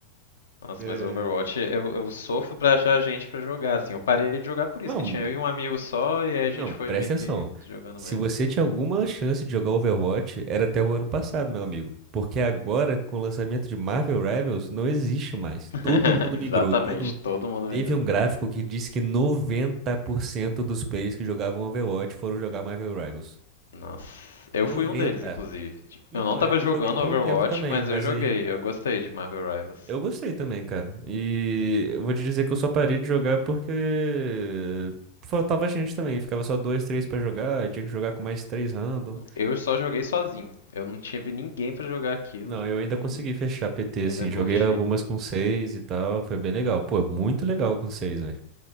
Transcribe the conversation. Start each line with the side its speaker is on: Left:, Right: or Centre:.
Left: Nossa,
Right: É.
Left: mas Overwatch, eu, eu sofro pra achar gente pra jogar, assim. Eu parei de jogar por isso,
Right: Não,
Left: que tinha eu e um amigo só, e aí a gente
Right: Não,
Left: foi
Right: presta
Left: meio que
Right: atenção.
Left: jogando
Right: Se
Left: mesmo.
Right: você tinha alguma chance de jogar Overwatch, era até o ano passado, meu amigo. Porque agora, com o lançamento de Marvel Rivals, não existe mais.
Left: <laughs>
Right: Todo mundo
Left: Exatamente,
Right: migrou, todo mundo...
Left: todo mundo migrou.
Right: Teve um gráfico que disse que 90% dos players que jogavam Overwatch foram jogar Marvel Rivals.
Left: Nossa, eu
Right: 90.
Left: fui um deles, inclusive. Tipo,
Right: Então,
Left: Eu não tava
Right: eu, eu
Left: jogando
Right: joguei por
Left: Overwatch,
Right: um tempo também,
Left: mas
Right: mas
Left: eu joguei.
Right: aí
Left: Eu gostei de Marvel Rivals.
Right: eu gostei também, cara. E eu vou te dizer que eu só parei de jogar porque faltava gente também. Ficava só dois, três pra jogar, e tinha que jogar com mais três random.
Left: Eu só joguei sozinho. Eu não tive ninguém pra jogar aquilo
Right: Não, eu ainda
Left: e,
Right: consegui fechar PT,
Left: e ainda
Right: assim.
Left: curti.
Right: Joguei algumas com 6 e tal. Foi bem legal. Pô, muito legal com 6, velho.